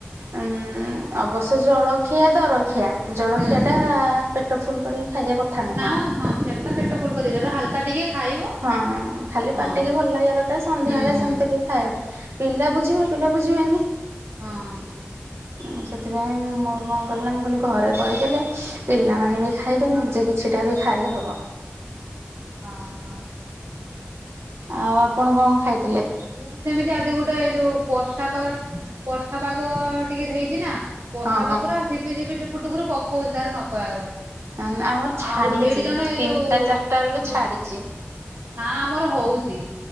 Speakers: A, on the right; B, on the right.
A: ଉଁ ଅବଶ୍ୟ ଜଳଖିଆ ଦରଖିଆ ଜଳଖିଆ
B: ହୁଁ
A: ଟା ଆ ପେଟ ଫୁଲ କରି ଖାଇବା କଥା ଥା ନୁହଁ।
B: ନା ମ ହଁ ସେଟା ପେଟ ଫୁଲ କରିବ ସେଟା ହାଲକା ଟିକେ ଖାଇବ
A: ହଁ ଖାଲି
B: ହଁ
A: ପାଟିିକୁ ଭଲ ଲାଗିବା କ ତା ସନ୍ଧ୍ୟାବେଳେ
B: ହୁଁ ହୁଁ
A: ସେମିତି ଟିକେ ଖାଇବା ପାଇଁ ପିଲା ବୁଝିବେ ପିଲା ବୁଝିବେନି
B: ହଁ।
A: ହୁଁ ସେଥିପାଇଁ ମୁଁ କଣ କଲି ନା ମୁଁ କହିଲି ଘରେ କରିଦେଲେ ପିଲାମାନେ ବି ଖାଇବେ ନିଜେ କିଛିଟା ବି ଖାଇହବ।
B: ହଁ ହଁ।
A: ଆଉ ଆପଣ କଣ ଖାଇଥିଲେ?
B: ମୁଁ ବି ସେମିତି ଆଜି ଗୋଟେ ଏଇ ଯୋଉ ବର୍ଷା ପାଗ ବର୍ଷା ପାଗ ଟିକେ ଦେଇଛି ନା ବର୍ଷା
A: ହଁ
B: ତ ପୁରା ସି ଝିପି ଝିପି ଝୁପୁରୁ ଟୁପୁରୁ ପକୋଉଛି ତାର ନ କହିବାର କଥା।
A: ଆ ନ୍ ଆମର ଛାଡିଛି
B: ଆଉ ସେଇଠି ଜଣେ ଏଇ
A: ତିନିଟା
B: ଯୋଉ
A: ଚାରିଟା ବେଳୁ ଛାଡିଛି।
B: ଓହୋ ନା ଆମର ହୋଉଛି।